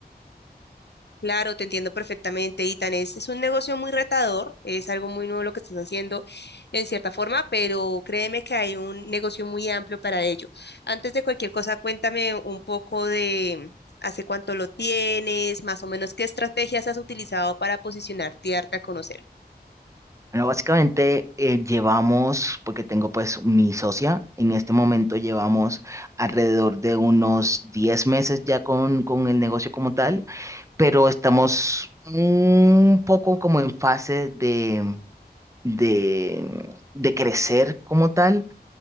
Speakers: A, on the left; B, on the right.
A: Claro, te entiendo perfectamente, Itan. Es, es un negocio muy retador, es algo muy nuevo lo que estás haciendo en cierta forma, pero créeme que hay un negocio muy amplio para ello. Antes de cualquier cosa, cuéntame un poco de hace cuánto lo tienes, más o menos qué estrategias has utilizado para posicionarte y darte a conocer.
B: Bueno, básicamente eh, llevamos, porque tengo pues mi socia, en este momento llevamos alrededor de unos 10 meses ya con, con el negocio como tal, pero estamos un poco como en fase de, de, de crecer como tal